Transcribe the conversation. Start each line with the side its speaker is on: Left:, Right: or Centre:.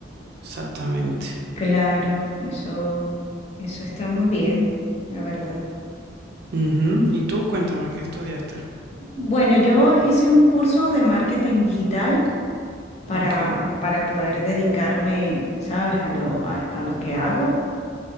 Right: Exactamente.
Left: Claro, eso, eso está muy bien, la verdad.
Right: Ujú. Y tú cuéntame, ¿qué estudiaste?
Left: Bueno, yo hice un curso de marketing digital para,
Right: Ok.
Left: para poder dedicarme, ¿sabes?, a lo, a a lo que hago.